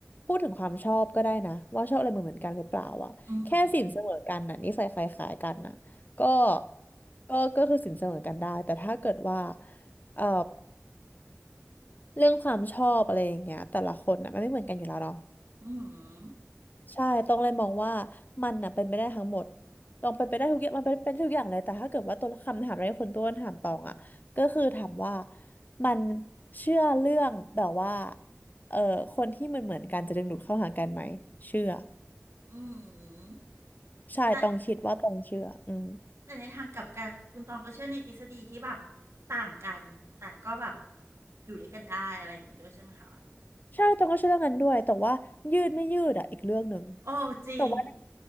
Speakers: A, on the left (about 40°); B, on the right (about 75°).
A: พูดถึงความชอบก็ได้นะว่าชอบอะไรเหมือนเหมือนกันหรือเปล่าอะแค่สินเสมอกันน่ะนิสัยคล้ายๆกันน่ะก็
B: อืม
A: ก็ก็คือสินเสมอกันได้แต่ถ้าเกิดว่าเอ่อเรื่องความชอบอะไรอย่างเงี้ยแต่ละคนน่ะมันไม่เหมือนกันอยู่แล้วเนาะ
B: อืม
A: ใช่ต้องเลยมองว่ามันน่ะเป็นไปได้ทั้งหมด ต้องเป็นไปได้ทุกอย่างมันเป็นเป็นทุกอย่างเลยแต่ถ้าเกิดว่าตัวคำถามในคนต้นถามตองอ่ะก็คือถามว่ามันเชื่อเรื่องแบบว่าเอ่อคนที่มันเหมือนๆกันจะดึงดูดเข้าหากันไหมเชื่อ
B: อืมอืม
A: ใช่
B: แต่
A: ต้องคิดว่าตองเชื่ออืม
B: แต่ในทางกลับกันคุณตองก็เชื่อในทฤษฎีที่แบบต่างกันแต่ก็แบบอยู่ด้วยกันได้อะไรอย่างงี้ด้วยใช่ไหมคะ
A: ใช่ตองก็เชื่อเรื่องนั้นด้วย แต่ว่ายืดไม่ยืดอ่ะอีกเรื่องหนึ่ง
B: โอ้จริง
A: แต่ว่า